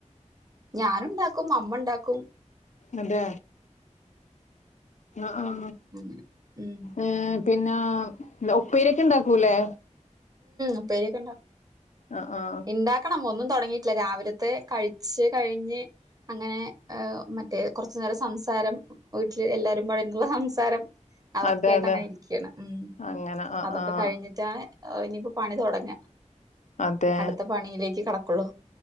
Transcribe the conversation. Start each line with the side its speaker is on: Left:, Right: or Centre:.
Right: ഞാന്ണ്ടാക്കും അമ്മണ്ടാക്കും
Left: അതെ ആ ആ
Right: അങ്ങനെ ഉം
Left: ഈ പിന്നെ ഉപ്പേര്യോക്കെ ണ്ടാക്കൂല്ലേ
Right: ഉപ്പേര്യോക്കെണ്ടാ
Left: ആഹ് ആഹ്
Right: ഇണ്ടാക്കണം ഒന്നും തൊടങ്ങിയിട്ടില്ല രാവിലത്തെ കഴിച്ച് കഴിഞ്ഞ് അങ്ങനെ മറ്റേ കൊർച് നേരം സംസാരം വീട്ടിൽ എല്ലാരും പാടെ ഇർന്നുള്ള സംസാരം അതൊക്കേയിട്ട്
Left: അതെ അതെ
Right: അങ്ങനെ ഇരിക്കുകയാണ് ഉം
Left: അങ്ങനെ ആഹ്
Right: അതൊക്കെ
Left: ആഹ്
Right: കഴിഞ്ഞിട്ടാണ് ഓ ഇനിയിപ്പോ പണി തുടങ്ങ
Left: അതെ
Right: അടുത്ത പണിയിലേക്ക് കടക്ക ക്കളു